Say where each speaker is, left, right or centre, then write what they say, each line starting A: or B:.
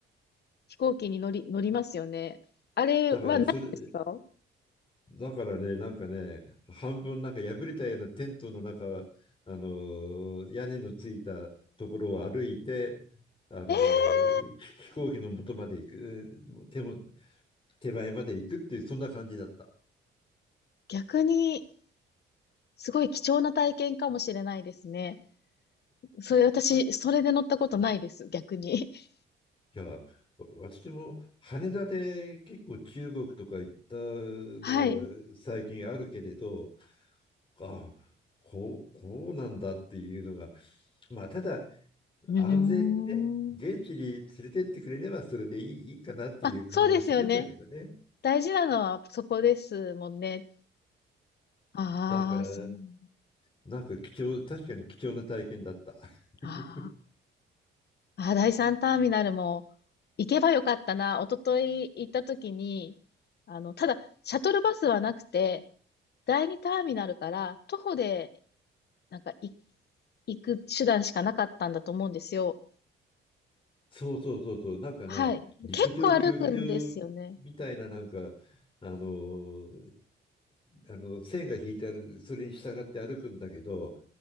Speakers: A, on the left; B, on the left.
A: 飛行機に乗り、乗りますよね。あれはないですか
B: だから、それ、だからね、なんかね、半分なんか破れたようなテントの中、あのー、屋根のついたところを歩いて、あのー、
A: えー、
B: 飛行機の元まで行く、手も、手前まで行くっていう、そんな感じだった。
A: 逆に、すごい貴重な体験かもしれないですね。それ、私、それで乗ったことないです、逆に。<laughs>
B: いや、私も羽田で結構中国とか行ったのは最近あるけれど、
A: はい。
B: ああ、こう、こうなんだっていうのが、まあ、ただ
A: うーん。
B: 安全にね、現地に連れてってくれればそれでいい、いいかなっていう感じはするんだけどね。
A: あ、そうですよね。大事なのはそこですもんね。ああ、
B: だから、
A: そう。
B: なんか貴重、確かに貴重な体験だった。<laughs>
A: ああ。あ、第三ターミナルも行けばよかったな。一昨日行った時に、あの、ただ、シャトルバスはなくて、第二ターミナルから徒歩で、なんかい行く手段しかなかったんだと思うんですよ。
B: そうそうそうそう、なんかね、
A: はい。
B: 陸上競技場みたいな、
A: 結構歩くんですよね。
B: なんか、あのえあの線が引いてある、それに従って歩くんだけど、